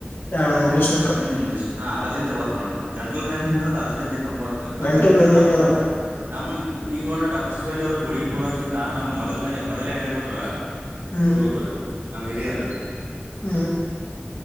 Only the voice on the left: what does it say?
ಎರಡ್ ಮುರ್ದ್ ದಿವಸ್
ಹ್ಮ್
ಗಂಟಲ್
ಬ್ಯಾನಿನೇ
ಅದ
ಹ್ಮ್
ಹ್ಮ